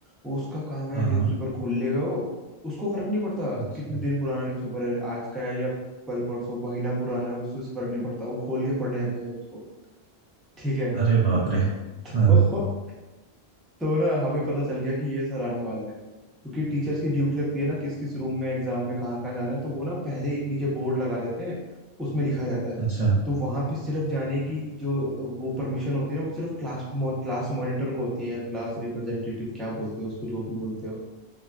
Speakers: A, in the centre; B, on the right.
A: वो उसका काम है
B: हाँ
A: न्यूज़पेपर
B: हाँ
A: खोल लेगा वो उसको फर्क नहीं पड़ता
B: अच्छा
A: कितने दिन पुराना न्यूज़पेपर है आज का है या कल परसों महीना पुराना है उससे फर्क नहीं पड़ता वो खोल के पढ़ने लग जाएगा उसको ठीक है
B: अरे बाप रे
A: <laughs>
B: हाँ
A: तो ना हमें पता चल गया कि ये सर आने वाला है क्योंकि टीचर्स की ड्यूटी लगती है ना किस किस रूम में एग्जाम में कहाँ कहाँ जाना है तो वो ना पहले एक नीचे बोर्ड लगा देते हैं उसमें लिखा रहता है
B: अच्छा
A: तो वहां पे सिर्फ जाने की जो वो परमिशन होती है ना वो सिर्फ क्लास क्लास मॉनिटर को होती है क्लास रिप्रेजेंटेटिव क्या बोलते हो उसको जो भी बोलते हो